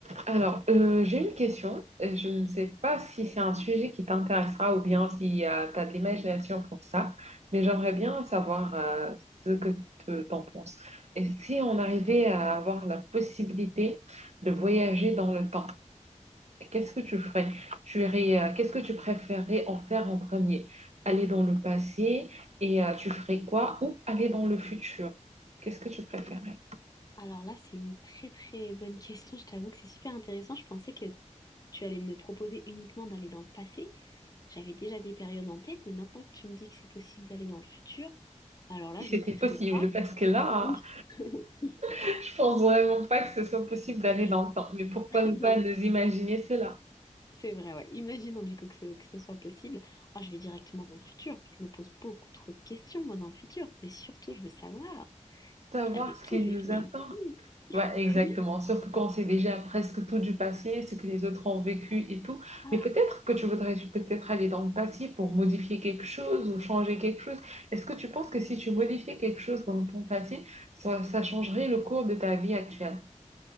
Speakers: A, on the right; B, on the left.
A: Alors, euh, j'ai une question. Euh, Je ne sais pas si c'est un sujet qui t'intéressera ou bien si tu as de l'imagination pour ça, mais j'aimerais bien savoir euh, ce que tu t'en penses. Et si on arrivait à avoir la possibilité de voyager dans le temps, qu'est-ce que tu ferais? Tu irais, euh, qu'est-ce que tu préférerais en faire en premier? Aller dans le passé et euh, tu ferais quoi? Ou aller dans le futur? Qu'est-ce que tu préférerais?
B: Alors là, c'est une très très bonne question. Je t'avoue que c'est super intéressant. Je pensais que tu allais me proposer uniquement d'aller dans le passé. J'avais déjà des périodes en tête, mais maintenant que tu me dis que c'est possible d'aller dans le futur, alors là,
A: Si
B: je
A: c'était
B: n'hésiterai
A: possible,
B: pas.
A: parce que là,
B: Oui, <laughs>
A: Je pense vraiment pas que ce soit possible d'aller
B: oui,
A: dans
B: c'est
A: le
B: vrai.
A: temps, mais pourquoi
B: <laughs>
A: ne pas
B: Non, mais
A: nous imaginer cela?
B: c'est vrai, ouais. Imaginons du coup que ce, que ce soit possible. Ah, je vais directement dans le futur. Je me pose beaucoup trop de questions, moi, dans le futur. Mais surtout, je veux savoir
A: Savoir
B: avec
A: ce
B: qui
A: qui
B: je
A: nous
B: vais finir
A: attend.
B: ma vie.
A: Ouais, exactement.
B: <laughs> Oui,
A: Surtout quand on sait déjà presque tout du passé, ce que les autres ont vécu
B: Ah, c'est
A: et tout.
B: ça.
A: Mais peut-être que tu voudrais peut-être aller dans le passé pour modifier quelque chose ou changer quelque chose. Est-ce que tu penses que si tu modifiais quelque chose dans ton passé, ça, ça changerait le cours de ta vie actuelle?